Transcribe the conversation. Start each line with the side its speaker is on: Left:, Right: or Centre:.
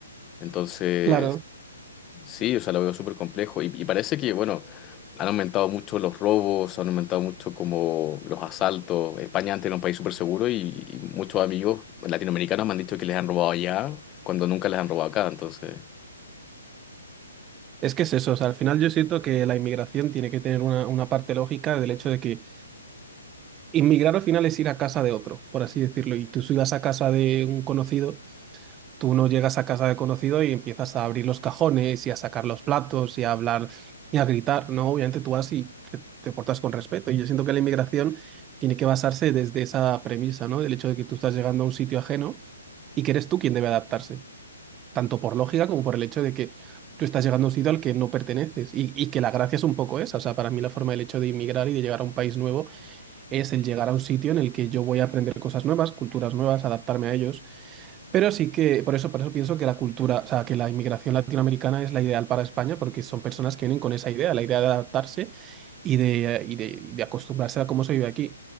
Left: Entonces,
Right: claro.
Left: sí, o sea, lo veo súper complejo. Y, y parece que, bueno, han aumentado mucho los robos, han aumentado mucho como los asaltos. España antes era un país súper seguro y, y muchos amigos latinoamericanos me han dicho que les han robado allá cuando nunca les han robado acá. Entonces,
Right: Es que es eso, o sea, al final yo siento que la inmigración tiene que tener una, una parte lógica del hecho de que inmigrar al final es ir a casa de otro, por así decirlo, y tú si vas a casa de un conocido, tú no llegas a casa de conocido y empiezas a abrir los cajones y a sacar los platos y a hablar y a gritar, ¿no? Obviamente tú vas y te, te portas con respeto, y yo siento que la inmigración tiene que basarse desde esa premisa, ¿no? Del hecho de que tú estás llegando a un sitio ajeno y que eres tú quien debe adaptarse tanto por lógica como por el hecho de que tú estás llegando a un sitio al que no perteneces y, y que la gracia es un poco esa. O sea, para mí la forma del hecho de inmigrar y de llegar a un país nuevo es el llegar a un sitio en el que yo voy a aprender cosas nuevas, culturas nuevas, adaptarme a ellos. Pero sí que, por eso, por eso pienso que la cultura, o sea, que la inmigración latinoamericana es la ideal para España, porque son personas que vienen con esa idea, la idea de adaptarse y de, y de, y de acostumbrarse a cómo se vive aquí.